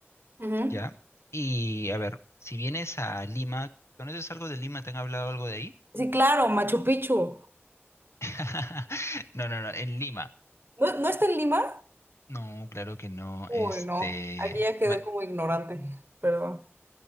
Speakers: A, on the right; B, on the left.
A: Ujú.
B: ¿ya? Y a ver, si vienes a Lima, ¿conoces algo de Lima? ¿Te han hablado algo de ahí?
A: Sí, claro, Machu Picchu.
B: <laughs> No, no, no, en Lima.
A: ¿No, no está en Lima?
B: No, claro que no.
A: Uy,
B: Este,
A: no, aquí ya quedé
B: Ma-
A: como ignorante, perdón.